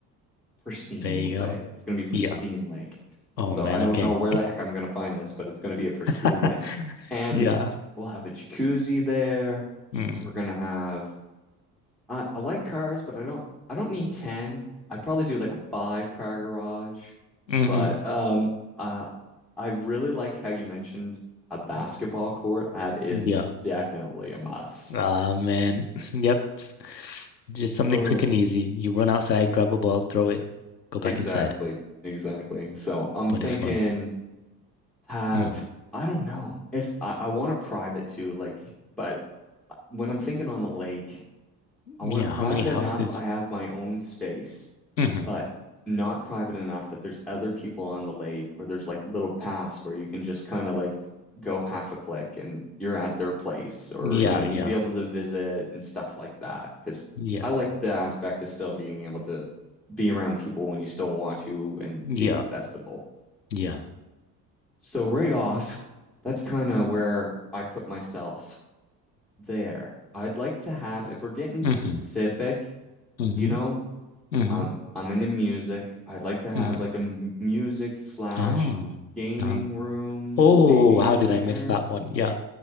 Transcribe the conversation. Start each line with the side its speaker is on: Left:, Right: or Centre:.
Centre: pristine,
Left: There you
Centre: we'll say.
Left: go.
Centre: It's going to be pristine
Left: Yeah.
Centre: lake.
Left: Oh
Centre: So
Left: man,
Centre: I don't
Left: okay.
Centre: know where the heck I'm going to find this, but it's going to be a pristine
Left: <laughs>
Centre: lake. And
Left: Yeah.
Centre: we'll have a jacuzzi there.
Left: Mm.
Centre: We're going to have I, I like cars, but I don't I don't need 10. I'd probably do like a five car garage.
Left: hmm
Centre: But um uh I really like how you mentioned a basketball court. That is
Left: Yeah.
Centre: definitely a must.
Left: Ah man. <laughs> Yep. Just something
Centre: Oh,
Left: quick and easy. You run outside, grab a ball, throw it, go back
Centre: exactly.
Left: inside.
Centre: Exactly. So I'm
Left: But
Centre: thinking
Left: it's fun.
Centre: have
Left: hmm
Centre: I don't know if I, I want it private too, like, but uh, when I'm thinking on a lake, I
Left: Yeah.
Centre: want it private
Left: How many houses?
Centre: enough I have my own space,
Left: hmm
Centre: but not private enough that there's other people on the lake or there's like little paths where you can just kind of like go half a click and you're at their place or
Left: Yeah,
Centre: you know you'd
Left: yeah.
Centre: be able to visit and stuff like that because
Left: Yeah.
Centre: I like the aspect of still being able to be around people when you still want to and
Left: Yeah.
Centre: be accessible.
Left: Yeah.
Centre: So right off, that's kind of where I put myself there. I'd like to have, if we're getting specific,
Left: Mm-hmm. Mm-hmm.
Centre: you know,
Left: Mm-hmm.
Centre: um, I'm into music. I'd like to have
Left: Mm.
Centre: like a m- music slash
Left: Oh.
Centre: gaming
Left: Oh.
Centre: room
Left: Oh,
Centre: maybe
Left: how
Centre: in
Left: did
Centre: there.
Left: I miss that one? Yeah.